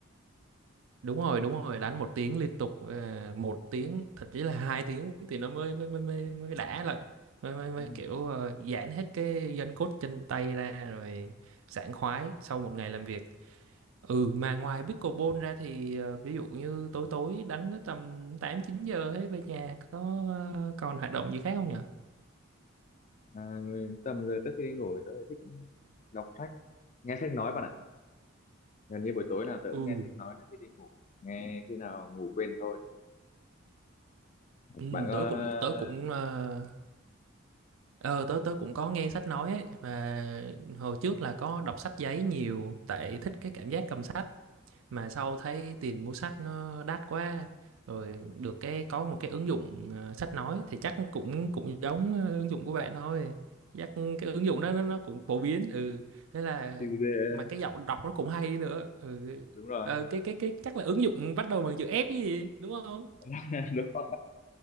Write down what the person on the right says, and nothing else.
đúng rồi đúng rồi đánh một tiếng liên tục ờ, một tiếng thậm chí là hai tiếng thì nó mới mới mới mới, mới đã lại mới, mới mới
kiểu ờ, giãn hết cái gân cốt chân tay ra rồi sảng khoái sau một ngày làm việc Ừ mà ngoài pickleball ra thì ờ, ví dụ như tối tối đánh tới tầm 8 9 giờ ấy về nhà có ờ, còn hoạt động gì khác không nhỉ?
Ừ.
Ừ
tớ cũng tớ cũng ờ ờ, tớ tớ cũng có nghe sách nói ấy mà hồi trước là có đọc sách giấy nhiều tại thích cái cảm giác cầm sách mà sau thấy tiền mua sách nó đắt quá rồi được cái có một cái ứng dụng ờ, sách nói thì chắc cũng cũng giống ờ, ứng dụng của bạn thôi chắc cái ứng dụng đó nó, nó cũng phổ biến ừ thế là
mà cái giọng đọc nó cũng hay nữa ừ.
Ờ, cái cái cái chắc là ứng dụng bắt đầu bằng chữ F chứ gì đúng không